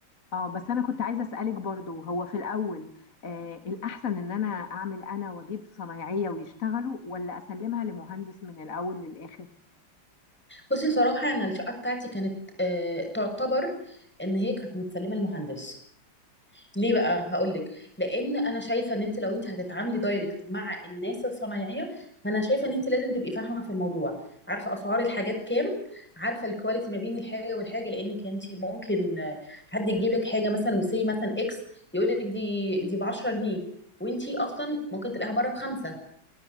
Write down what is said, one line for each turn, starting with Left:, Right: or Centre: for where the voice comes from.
Left: اه بس انا كنت عايزه اسالك برضو هو في الاول آه الاحسن ان انا اعمل انا واجيب صنايعيه ويشتغلوا ولا اسلمها لمهندس من الاول للاخر
Centre: بصي صراحه انا الشقه بتاعتي كانت آه تعتبر ان هي كانت متسلمه المهندس ليه بقى هقول لك لان انا شايفه ان انت لو انت هتتعاملي دايركت مع الناس الصنايعيه فانا شايفه ان انت لازم تبقي فاهمه في الموضوع عارفه اسعار الحاجات كام عارفه الكواليتي ما بين الحاجه والحاجه لانك انت ممكن آه، حد يجيب لك حاجه مثلا وسي مثلا اكس يقول لك دي دي ب 10 جنيه وانت اصلا ممكن تلاقيها بره بخمسه